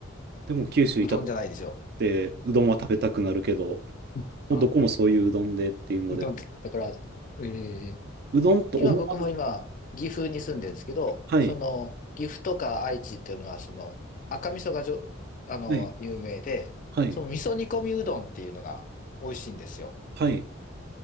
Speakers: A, on the right; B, on the left.
A: でも九州いたとっ
B: うどんじゃないでしょ
A: て、うどんは食べたくなるけど、
B: ううんう。
A: もうどこもそういううどんでっていうので、
B: ううどんって言ったから、えー
A: うどんと思わず、
B: 今僕も今、岐阜に住んでるんですけど、
A: はい、
B: その、岐阜とか愛知っていうのは、その、赤味噌がじょ、あの、
A: はい、
B: 有名で、
A: はい、
B: その味噌煮込みうどんっていうのが美味しいんですよ。
A: はい。